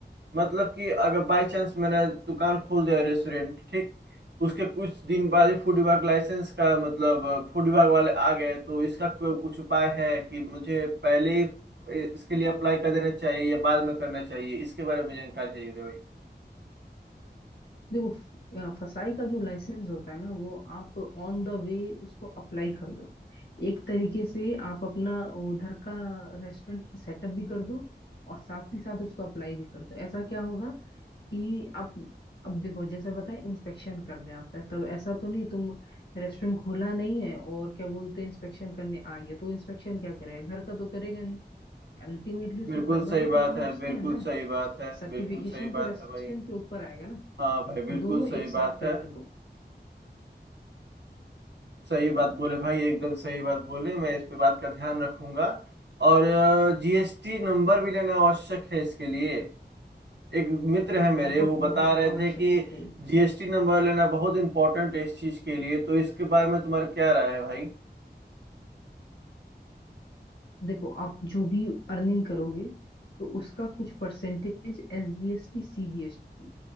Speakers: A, on the right; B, on the left.
A: मतलब कि अगर बाय चांस मैंने दुकान खोल दिया रेस्टोरेंट ठीक उसके कुछ दिन बाद ही फूड विभाग लाइसेंस का मतलब फूड विभाग वाले आ गए तो इसका कोई कुछ उपाय है कि मुझे पहले ही इसके लिए अप्लाई कर देना चाहिए या बाद में करना चाहिए इसके बारे में मुझे जानकारी चाहिए थी भाई
B: देखो फ- अ, फसाई का जो लाइसेंस होता है ना वो आप ऑन द वे उसको अप्लाई कर दो एक तरीके से आप अपना उधर का रेस्टोरेंट सेटअप भी कर दो और साथ ही साथ उसको अप्लाई भी कर दो ऐसा क्या होगा कि आप अब देखो जैसे बताए इंस्पेक्शन करने आता है तब ऐसा तो नहीं तुम रेस्टोरेंट खोला नहीं है और क्या बोलते हैं इंस्पेक्शन करने आ गया तो इंस्पेक्शन क्या करेगा घर का तो करेगा नहीं अल्टीमेटली उसको
A: बिल्कुल
B: करना
A: सही
B: तो
A: बात
B: तुम्हारा
A: है
B: उसका
A: बिल्कुल
B: है ना
A: सही बात है
B: सर्टिफिकेशन
A: बिल्कुल सही
B: तो
A: बात
B: रेस्टोरेंट
A: है भाई
B: के ऊपर आएगा ना तो
A: हाँ भाई बिल्कुल
B: दोनों एक
A: सही
B: साथ
A: बात है
B: कर लो
A: सही बात बोले भाई एकदम सही बात बोले मैं इस पे बात का ध्यान रखूंगा और जीएसटी नंबर भी लेना आवश्यक है इसके लिए एक मित्र है मेरे
B: बहुत
A: वो बता
B: बहुत
A: रहे
B: आवश्यक
A: थे कि
B: है
A: जीएसटी नंबर लेना बहुत इंपॉर्टेंट है इस चीज के लिए तो इसके बारे में तुम्हारी क्या राय है भाई
B: देखो आप जो भी अर्निंग करोगे तो उसका कुछ परसेंटेज एसजीएसटी सीजीएसटी